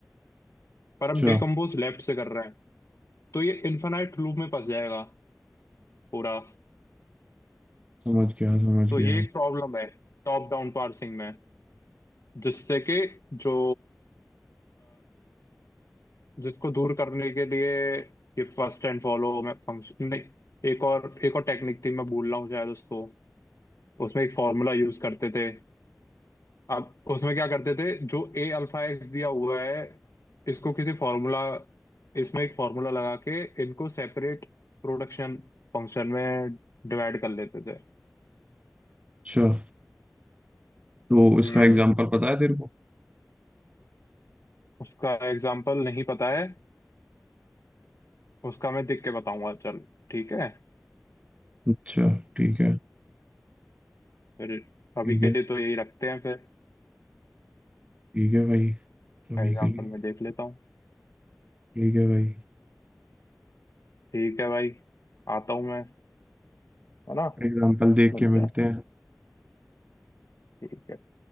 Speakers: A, on the left; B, on the right.
A: पर हम
B: अच्छा
A: डिकम्पोज लेफ्ट से कर रहे हैं तो ये इन्फिनाइट लूप में फंस जाएगा पूरा
B: समझ गया समझ
A: तो
B: गया
A: ये एक प्रॉब्लम है टॉप डाउन पार्सिंग में जिससे कि जो जिसको दूर करने के लिए ये फर्स्ट एंड फॉलो में फंक्शन नहीं एक और एक और टेक्निक थी मैं भूल रहा हूँ शायद उसको उसमें एक फॉर्मूला यूज करते थे अब उसमें क्या करते थे जो ए अल्फा एक्स दिया हुआ है इसको किसी फॉर्मूला इसमें एक फॉर्मूला लगा के इनको सेपरेट प्रोडक्शन फंक्शन में डिवाइड कर लेते थे
B: अच्छा तो
A: हम्म
B: इसका एग्जांपल पता है तेरे को
A: उसका एग्जाम्पल नहीं पता है उसका मैं देख के बताऊंगा चल ठीक है
B: अच्छा ठीक है
A: फिर अभी
B: ठीक
A: के
B: है
A: लिए तो यही रखते हैं फिर
B: ठीक है भाई अभी
A: एग्जाम्पल
B: के लिए
A: में देख लेता हूँ
B: ठीक है भाई
A: ठीक है भाई आता हूँ मैं है ना
B: एग्जांपल देख
A: मिलते
B: के मिलते
A: हैं
B: हैं
A: ठीक है